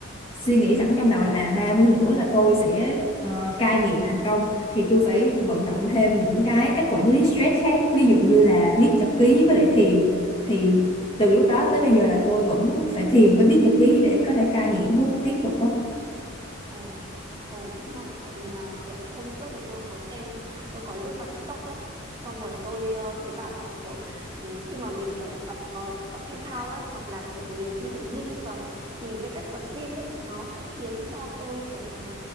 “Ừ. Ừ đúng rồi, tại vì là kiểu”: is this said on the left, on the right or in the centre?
Right